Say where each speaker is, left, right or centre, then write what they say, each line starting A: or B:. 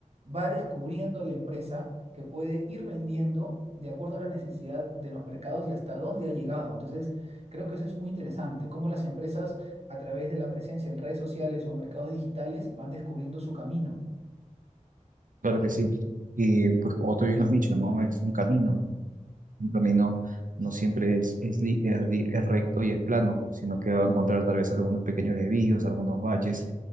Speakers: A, on the right (about 50°); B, on the right (about 85°).
A: va descubriendo la empresa que puede ir vendiendo de acuerdo a la necesidad de los mercados y hasta dónde ha llegado. Entonces creo que eso es muy interesante, cómo las empresas a través de la presencia en redes sociales o mercados digitales van descubriendo su camino.
B: Claro que sí. Y pues como tú bien lo has dicho, ¿no? Es un camino. Un camino no siempre es, es, li- es li- es recto y es plano, sino que va a encontrar tal vez algunos pequeños desvíos, algunos baches.